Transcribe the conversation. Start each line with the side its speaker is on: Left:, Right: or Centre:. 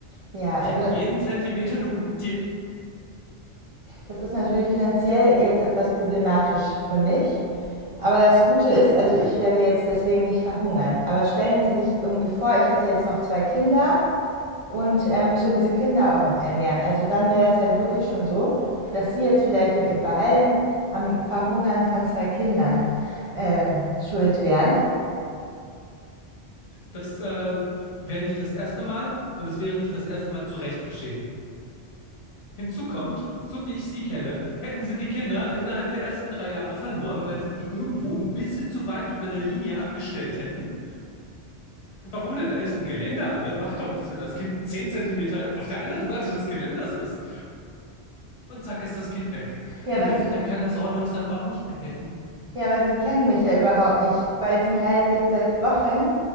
Right: Ja,
Left: Ich
Right: also
Left: habe jeden Zentimeter dokumentiert.
Right: das ist natürlich finanziell jetzt etwas problematisch für mich. Aber das Gute ist, also ich werde jetzt deswegen nicht verhungern. Aber stellen Sie sich irgendwie vor, ich hätte jetzt noch zwei Kinder und er müsste diese Kinder auch noch ernähren. Also dann wäre das halt wirklich schon so, dass sie jetzt vielleicht durch ihr Verhalten am Verhungern von zwei Kindern äh, schuld wären.
Left: Das äh, wäre nicht das erste Mal und es wäre nicht das erste Mal zu Recht geschehen. Hinzu kommt, so wie ich Sie kenne, hätten Sie die Kinder innerhalb der ersten drei Jahre verloren, weil Sie die irgendwo ein bisschen zu weit über eine Linie abgestellt hätten. Warum denn? Da ist ein Geländer, aber macht doch nichts, wenn das Kind 10 Zentimeter auf der anderen Seite des Geländers ist. Und zack ist das Kind weg.
Right: Ja
Left: Da
Right: aber,
Left: hilft,
Right: sie,
Left: da kann das Ordnungsamt auch nicht mehr helfen.
Right: ja, aber sie kennen mich ja überhaupt nicht, weil sie halt jetzt seit Wochen